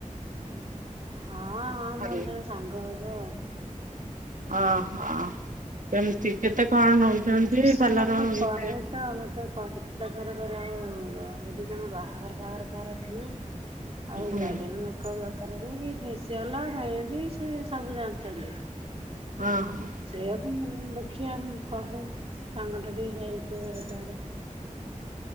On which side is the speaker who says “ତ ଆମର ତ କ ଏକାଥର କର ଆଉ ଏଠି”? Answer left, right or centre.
Right